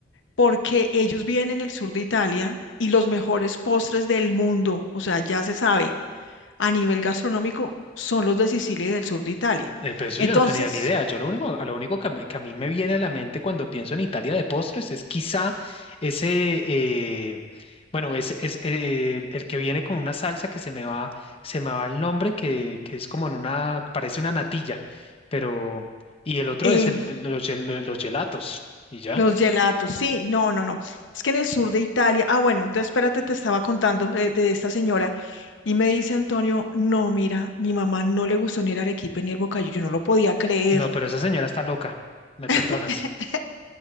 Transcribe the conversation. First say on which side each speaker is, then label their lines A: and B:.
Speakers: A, on the left (about 80°); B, on the left (about 30°).
A: porque ellos viven en el sur de Italia y los mejores postres del mundo, o sea, ya se sabe, a nivel gastronómico, son los de Sicilia y del sur de Italia.
B: Eh, pero eso
A: Entonces,
B: yo no tenía ni idea. Yo lo único, a lo único que a, mí que a mí me viene a la mente cuando pienso en Italia de postres es quizá ese, eh, bueno, es, es eh, el que viene con una salsa que se me va, se me va el nombre, que, que es como en una, parece una natilla, pero, y el otro
A: eh,
B: es el, el- los, gel- los gelatos, y ya.
A: los gelatos, sí, no, no, no. Es que en el sur de Italia, ah, bueno, entonces espérate, te estaba contando eh, de esta señora Y me dice Antonio, no, mira, mi mamá no le gustó ni el arequipe ni el bocadillo, yo no lo podía creer.
B: No, pero esa señora está loca, me perdonas.
A: <laughs>